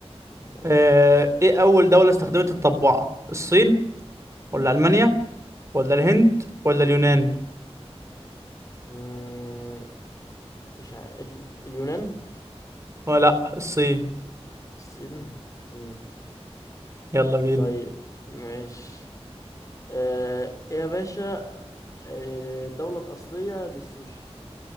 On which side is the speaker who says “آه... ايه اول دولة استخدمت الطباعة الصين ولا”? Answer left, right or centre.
Right